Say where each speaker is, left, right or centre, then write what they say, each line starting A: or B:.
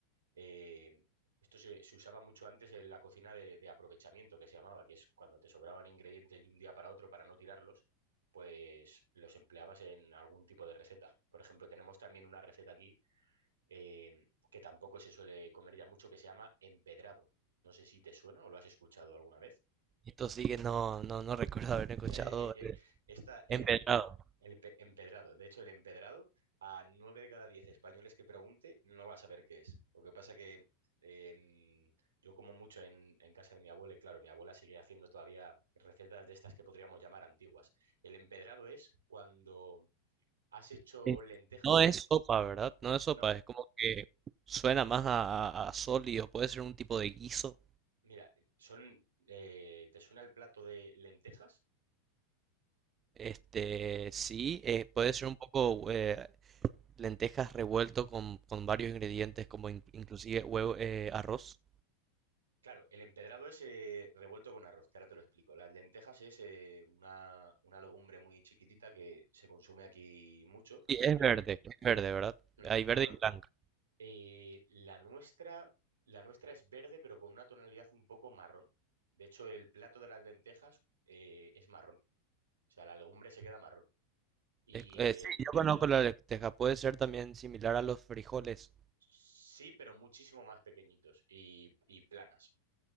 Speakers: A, on the right (about 85°); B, on the right (about 30°).
A: eh, esto se, se usaba mucho antes en la cocina de, de aprovechamiento, que se llamaba, que es cuando te sobraban ingredientes de un día para otro para no tirarlos, pues los empleabas en algún tipo de receta. Por ejemplo, tenemos también una receta aquí eh, que tampoco se suele comer ya mucho, que se llama empedrado. No sé si te suena o lo has escuchado alguna vez. <laughs>
B: Esto sí que no, no, no recuerdo haber escuchado,
A: Es que, eh,
B: eh,
A: esta, eh,
B: he empezado.
A: el- El pe- empedrado. De hecho, el empedrado, a nueve de cada diez españoles que pregunte, no va a saber qué es. Lo que pasa que em, yo como mucho en, en casa de mi abuela, y claro, mi abuela sigue haciendo todavía recetas de estas que podríamos llamar antiguas. El empedrado es cuando has hecho
B: Eh,
A: lentejas.
B: No es sopa, ¿verdad? No es
A: No,
B: sopa, es como que suena más a, a- a sólido, puede ser un tipo de guiso.
A: mira, son, eh, ¿te suena el plato de lentejas?
B: Este, sí, eh, puede ser un poco eh, lentejas revuelto con, con varios ingredientes, como in- inclusive huevo, eh, arroz.
A: Claro, el empedrado es eh, revuelto con arroz, que ahora te lo explico. Las lentejas es eh, una, una legumbre muy chiquitita que se consume aquí mucho.
B: Sí, es
A: So-
B: verde, es verde, ¿verdad?
A: mm,
B: Hay verde
A: bueno,
B: y blanca.
A: eh, la nuestra, la nuestra es verde, pero con una tonalidad un poco marrón. De hecho, el plato de las lentejas eh, es marrón. O sea, la legumbre se queda marrón. Y
B: Es- eh,
A: le,
B: sí, yo conozco la lenteja, puede ser también similar a los frijoles.
A: sí, pero muchísimo más pequeñitos y, y planas.